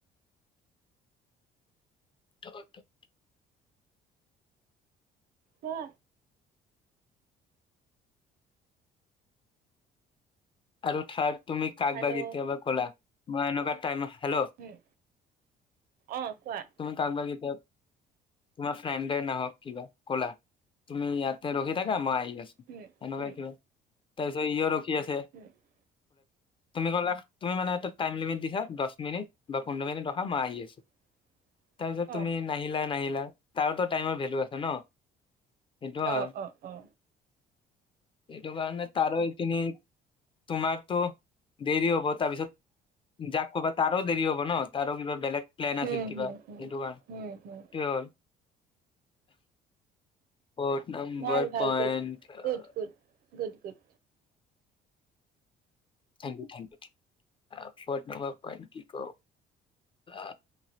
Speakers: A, on the left (about 30°); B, on the right (about 60°).
A: <unintelligible>
B: কোৱা।
A: আৰু থাৰ্ড তুমি কাক
B: হেল্ল'
A: বা কেতিয়াবা ক'লা মই এনেকুৱা টাইমত- হেল্লৌ'
B: উম অ কোৱা
A: তুমি কাক বা কেতিয়া- তোমাৰ ফ্ৰেণ্ডে নাহক কিবা ক'লা, তুমি ইয়াতে ৰখি থাকা মই আহি আছো।
B: উম
A: এনেকুৱা
B: উম
A: কিবা, তাৰপিছত সিও ৰখি আছে।
B: হুওম'
A: তুমি ক'লা, তুমি মানে এটা টাইম লিমিট দিছা দহ মিনিট বা পোন্ধৰ মিনিট ৰখা মই আহি আছোঁ।
B: <inaudible>
A: তাৰপিছত
B: অ
A: তুমি নাহিলা নাহিলা, তাৰতো টাইমৰ ভেলু আছে ন। সেইটো হয়,
B: অ অ অ
A: সেইটো কাৰণে তাৰো এইপিনে- তোমাৰতো দেৰি হ'ব, তাৰপিছত- যাক ক'বা তাৰো দেৰি হব ন তাৰো কিবা বেলেগ প্লেন আছিল
B: উম
A: কিবা
B: হুম
A: সেইটো
B: হুম
A: কাৰণ
B: হুম হুম
A: কি হ'ল ফৰ্থ নম্বৰ
B: ভাল ভাল
A: point
B: good good
A: O
B: good good good
A: thank you thank you ই ফৰ্থ নম্বৰ পইণ্ট কি ক আ